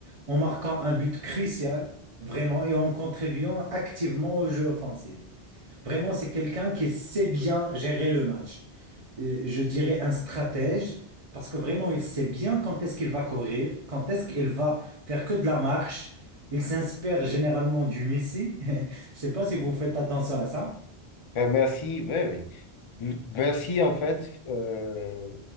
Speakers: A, on the right; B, on the left.
A: en marquant un but crucial, vraiment, et en contribuant activement au jeu offensif. Vraiment, c'est quelqu'un qui sait bien gérer le match. Et je dirais un stratège, parce que vraiment, il sait bien quand est-ce qu'il va courir, quand est-ce qu'il va faire que de la marche. Il s'inspire généralement du Messi. <laughs> Je sais pas si vous faites attention à ça.
B: Ben, merci, ouais, ouais. Merci en fait euh,